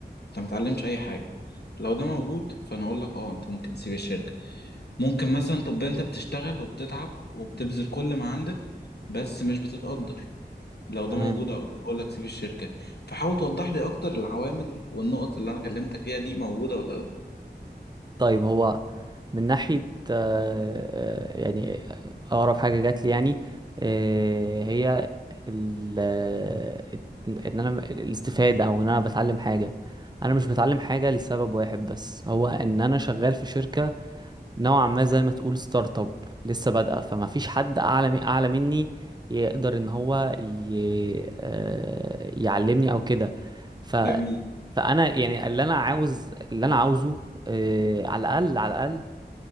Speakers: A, on the left; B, on the right.
A: انت متعلمش اي حاجة لو ده موجود فانا اقول لك اه انت ممكن تسيب الشركة ممكن مثلا تبقى انت بتشتغل وبتتعب وبتبذل كل ما عندك بس مش بتتقدر لو ده
B: تمام
A: موجود اقدر اقول لك سيب الشركة فحاول توضح لي اكتر العوامل والنقط اللي انا كلمتك فيها دي موجودة ولا لا
B: طيب هو من ناحية آه، آه، يعني أقرب حاجة جات لي يعني آه، هي ال آه، إن أنا الاستفادة أو إن أنا بتعلم حاجة أنا مش بتعلم حاجة لسبب واحد بس هو إن أنا شغال في شركة نوعا ما زي ما تقول ستارت اب لسه بادئه فما فيش حد اعلى مي- اعلى مني يقدر ان هو ي... آه، يعلمني او كده ف
A: جميل
B: فانا يعني اللي انا عاوز اللي انا عاوزه آه، على الاقل على الاقل